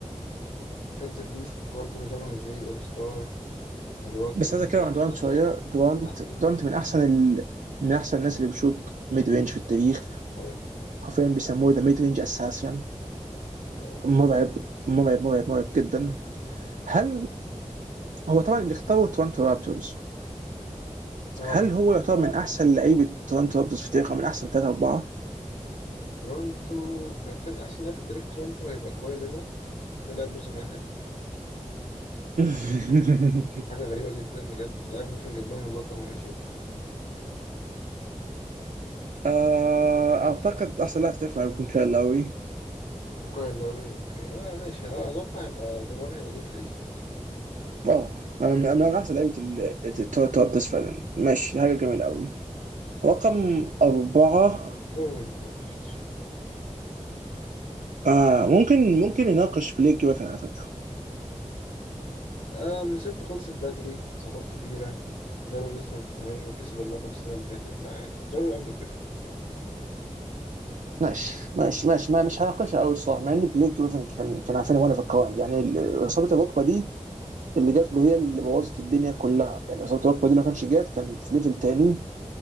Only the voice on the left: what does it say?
ديفنسيف بيست برضه جولي هوليداي اول ستار ملواكي
خد
اللقب
مع السلتكس
صحيح
لا
لا
اه
تورونتو بالتالي احسن لاعب في تاريخ تورونتو هيبقى كواي لينارد انه لعب موسم واحد
حاجه غريبه جدا بجد لعب موسم جاب لهم اللقب وماشي
وكايل لاوري اوكي اه ماشي اه اتوقع هيبقى ديمار هيبقى توب 3
ماشي
جولي هوليداي مفيش
آه مسيرته خلصت بدري إصابات كتيرة جارو لسه مستمر وكسب اللقب السنة اللي فاتت لا يعني جارو قبل جريفن بصراحة